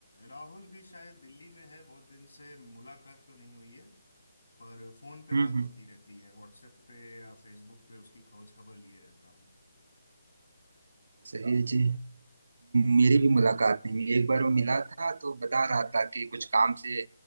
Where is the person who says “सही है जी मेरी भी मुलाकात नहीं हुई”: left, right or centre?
Right